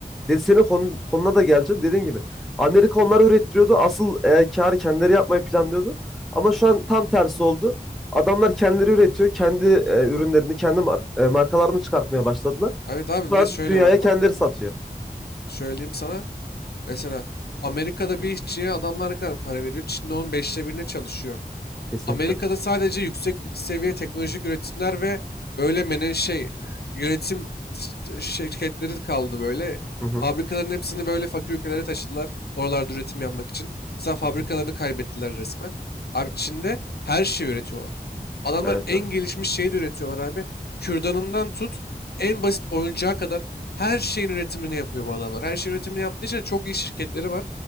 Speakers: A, in the centre; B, on the left (about 70°).
A: Dedi, senin konun- konuna da geleceğim. Dediğin gibi Amerika onları ürettiriyordu. Asıl e, karı kendileri yapmayı planlıyordu. Ama şu an tam tersi oldu. Adamlar kendileri üretiyor. Kendi e, ürünlerini, kendi mar- e, markalarını çıkartmaya başladılar.
B: Evet abi
A: Şu
B: bir
A: an
B: de şöyle
A: dünyaya
B: bak
A: kendileri
B: bak.
A: satıyor.
B: Söyleyeyim sana. Mesela Amerika'da bir işçiye adamlar ne kadar para veriyor? Çin'de onun beşte birine çalışıyor.
A: <laughs> Kesinlikle.
B: Amerika'da sadece yüksek seviye teknolojik üretimler ve böyle mene şey e, yönetim s- şirketleri kaldı böyle.
A: Hı hı.
B: Fabrikaların hepsini böyle fakir ülkelere taşıdılar. Oralarda üretim yapmak için. Mesela fabrikalarını
A: hı hı.
B: kaybettiler resmen. Abi
A: Evet.
B: Çin'de her şeyi üretiyorlar. Adamlar
A: Evet,
B: en
A: evet.
B: gelişmiş şeyi de üretiyorlar abi. Kürdanından tut en basit oyuncağa kadar her şeyin üretimini yapıyor bu adamlar. Her şeyin üretimini yaptığı için çok iyi şirketleri var.